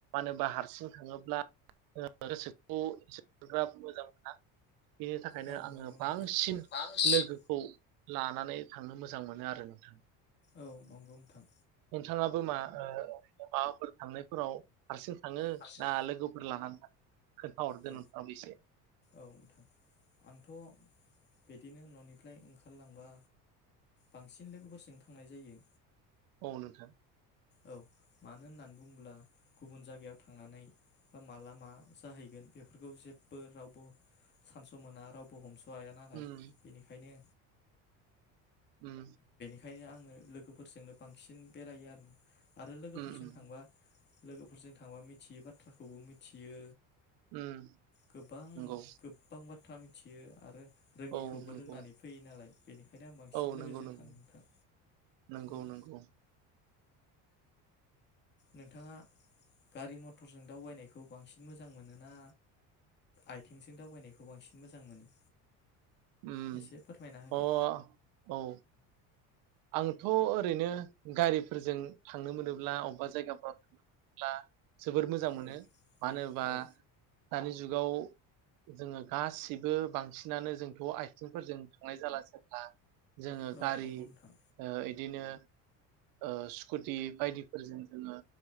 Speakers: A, on the right (about 70°); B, on the left (about 30°).
A: होनोबा हारसिं थाङोब्ला गोसोखौ बारा मोजां मोना। बिनि थाखायनो
B: औ
A: आङो
B: नंगौ नोंथां
A: बांसिन
B: बांसिन
A: लोगोखौ लानानै थांनो मोजां मोनो आरो नोंथां।
B: औ नंगौ नोंथां
A: नोंथाङाबो मा ओ माबाफोर थांनायफोराव हारसिं थाङो
B: हारसिं
A: ना लोगोफोर लानानै खोन्थाहरदो
B: औ
A: नोंथाङाबो एसे
B: औ नोंथां आंथ' बिदिनो न'निफ्राय ओंखारलांबा बांसिन लोगोफोरजों थांनाय जायो।
A: औ नोंथां
B: औ मानो होननानै बुङोब्ला गुबुन जायगायाव थांनानै बा माला मा जाहैगोन बेफोरखौ जेबो रावबो सानस' मोना रावबो हमस' हाया नालाय
A: उम
B: बेनिखायनो
A: उम
B: ओंखायनो आङो लोगोफोरजोंनो बांसिन बेरायो आरो आरो लोगोफोरजों
A: उम उम
B: थांबा लोगोफोरजों थांबा मिथियै बाथ्राखौबो मिथियो
A: उम
B: गोबां
A: नंगौ
B: गोबां बाथ था मिथियो आरो रोङिखौबो
A: औ नंगौ
B: रोंनानै फैयो नालाय बेनिखायनो आं बांसिन
A: औ
B: लोगोजों
A: नंगौ नंगौ
B: थाङो नोंथां
A: नंगौ
B: औ
A: नंगौ
B: नोंथाङा गारि मथरजों दावबायनायखौ बांसिन मोजां मोनो ना आथिंजों दावबायनायखौ बांसिन मोजां मोनो
A: उम
B: एसे फोरमायना होदो
A: अ औ आंथ' ओरैनो गारिफोरजों थांनो मोनोब्ला अबबा जायगाफ्राव हा जोबोर मोजां
B: औ
A: मोनो मानोबा
B: औ
A: दानि जुगाव जोङो गासिबो बांसिनानो जोंथ' आथिंफोरजों थांनाय जाला जेब्ला जोङो
B: औ
A: गारि
B: नंगौ नोंथां
A: ओ इदिनो ओ स्कुटि बायदिफोरजों जोङो